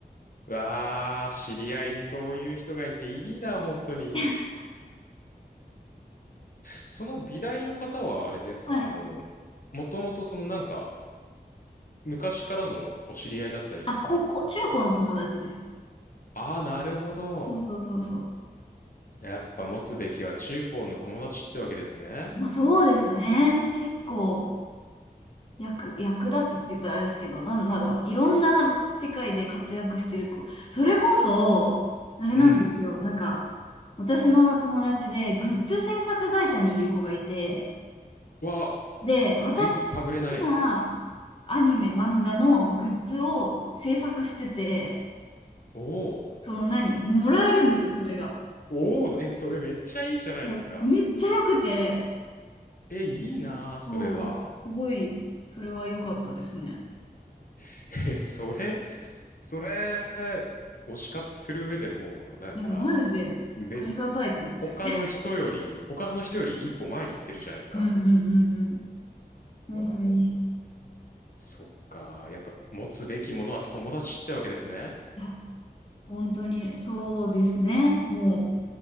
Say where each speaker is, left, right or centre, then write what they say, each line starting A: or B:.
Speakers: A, on the left; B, on the left.
A: うわあ、知り合いにそういう人がいていいな、本当に。
B: <laughs>
A: その美大の方はあれですか、
B: はい。
A: その、もともとそのなんか、昔からのお知り合いだったりですか
B: あ、高校、中高の友達です。
A: ああー、なるほど。
B: そうそうそうそ
A: やっぱ持つべきは中高の友達ってわけですね。
B: う。まあ、そうですね。結構、役、役立つって言ったらあれですけど、なんだろう。いろんな世界で活躍してる子。それこそ、あれなんですよ。
A: うん。
B: なんか、私の友達で、グッズ制作会社にいる子がいて、
A: は、
B: で、私の
A: 食いっぱぐれない。
B: 好きなアニメ、漫画のグッズを制作してて、
A: おお。
B: その何、もらえるんですよ、それが。
A: おお、え、それめっちゃいいじゃないですか。
B: いや、めっちゃ良くて、
A: え、いいなあそれは。
B: そう、すごい、それは良かったですね。
A: <laughs> え、それ、それ、推し活する上でもう、なんか、
B: いや、マジでありがたいと思って。
A: め、他の人より、他の人より一歩前に行ってるじゃないですか。
B: うんうんうんうん。本当に。
A: は、もう、そっか。やっぱ持つべきものは友達ってわけですね。
B: いや、本当にそうですね。もう、